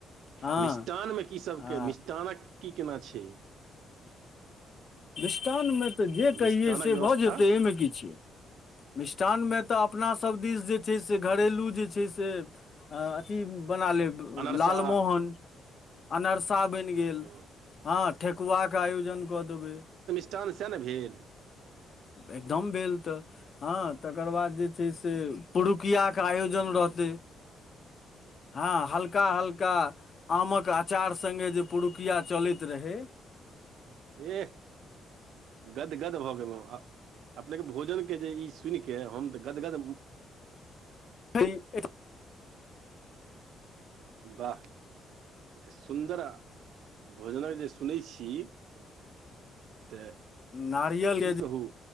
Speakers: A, on the left; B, on the right.
A: हँ
B: मिष्टानमे की सबके
A: आ
B: मिष्टानक की केना छै
A: मिष्टानमे तऽ जे
B: मिष्टानक
A: कहियै से
B: व्यवस्था
A: भऽ जेतै एहिमे की छै मिष्ठानमे तऽ अपनासभ दिस जे छै से घरेलू जे छै से अ-अथि बना लेब
B: अनरसा
A: लालमोहन अनरसा बनि गेल
B: हँ
A: हाँ ठकुआ के आयोजन कऽ देबै
B: चल सेएह ने भेल
A: एकदम भेल तऽ हहाँ तकर बाद जे छै से पुरुकियाके आयोजन रहतै
B: <inaudible>
A: हाँ हल्का हल्का आमक अचार संगे जे पुरुकिया चलैत रहै
B: एह गदगद भऽ गेलहुँ आ अपनेके भोजनके जे ई सुनि कऽ हम तऽ गदगद
A: <unintelligible>
B: वाह ई तऽ सुन्दर आ भोजनक जे सुनै छी तऽ
A: नारियल
B: की
A: के
B: कहू